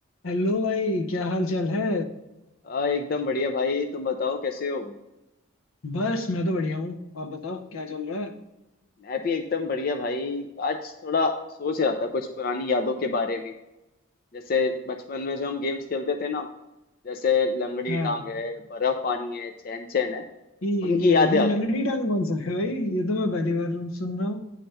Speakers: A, on the left (about 80°); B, on the left (about 45°).
A: Hello भाई क्या हाल चाल है
B: आ, एकदम बढ़िया भाई तुम बताओ कैसे हो
A: बस मैं तो बढ़िया हूँ आप बताओ क्या चल रहा है
B: मैं भी एकदम बढ़िया भाई आज थोड़ा सोच रहा था कुछ पुरानी यादों के बारे में जैसे बचपन में जो हम गेम्स खेलते थे ना जैसे लंगड़ी
A: हाँ
B: टांग है बर्फ पानी है चैन चैन है
A: ये
B: उनकी यादें
A: ये
B: आ
A: लंगड़ी
B: गई
A: डांग कौन सा है भाई ये तो मैं पहली बार सुन रहा हूँ